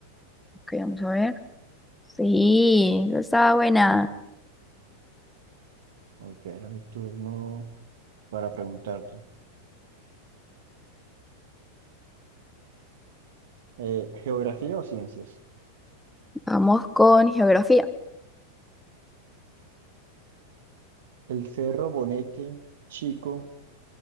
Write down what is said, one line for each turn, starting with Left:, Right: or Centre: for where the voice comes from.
Centre: Ok, vamos a ver. Sí, esa está buena.
Right: Ok, era mi turno para preguntarte. Eh, ¿geografía o ciencias?
Centre: Vamos con geografía.
Right: El Cerro Bonete Chico